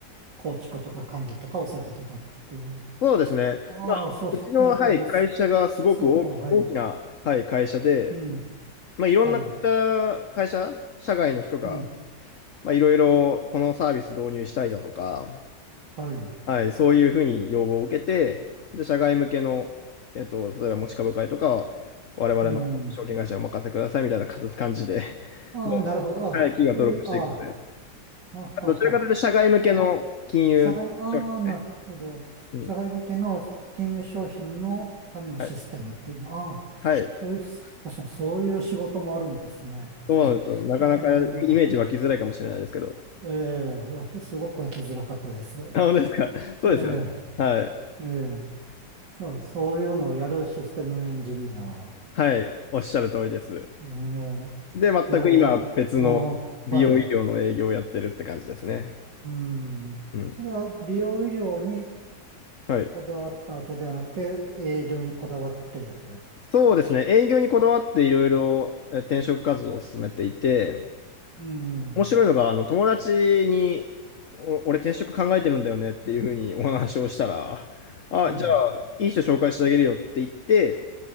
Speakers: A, on the right; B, on the left.
A: 構築とか管理とかをされてたっていう。
B: そうですね。
A: ああ、
B: まあ、
A: そう、
B: うちの、
A: なるほど。
B: はい、会社がすごく大き、
A: そそう、はい。
B: 大きな、はい、会社で、
A: うん、
B: まあ、いろんな会社、
A: はい。
B: 会社、社外の人が、
A: うん、
B: まあ、いろいろこのサービス導入したいだとか、
A: はい。
B: はい、そういうふうに要望を受けて、じゃあ社外向けの、えっと、例えば持ち株会とかは、我々の証券会社にお任せくださいみたいなか感じで、
A: うん。
B: <laughs>
A: ああ、
B: どんどん、
A: なるほど。ああ、
B: はい、企業が登録していくので、
A: そういう、ああ、ははは。
B: どちらかというと社外向けの金融商品ですね。
A: あ、社外、ああ、なるほど。
B: うん。
A: 社外向けの金融商品のためのシステムっていうの。
B: はい。
A: ああ、
B: はい。
A: そういう、確かにそういう仕事もあるんですね。確かに。
B: そうなんですよ。なかなかイメージ湧きづらいかもしれないですけど。
A: あの、ええ、わてすごく湧きづらかったです。
B: あ本当ですか。そうですよね。
A: ええ、
B: はい。
A: ええ、そう、そういうのをやるシステムエンジニアを。
B: はい。おっしゃる通りです。
A: うんええ、
B: で、全く今、
A: いや、あ
B: 別の美容医療の営業をやってるって感じですね。
A: の、はい。うん。
B: うん。
A: それは美容医療に
B: はい。
A: こだわったわけではなくて、営業にこだわって、
B: そうですね。営業にこだわっていろいろえ転職活動を進めていて、
A: うん、
B: 面白いのが、あの、友達に、お俺転職考えてるんだよねっていうふうにお話をしたら、あ、
A: はい、
B: じゃあ、いい人紹介してあげるよって言って、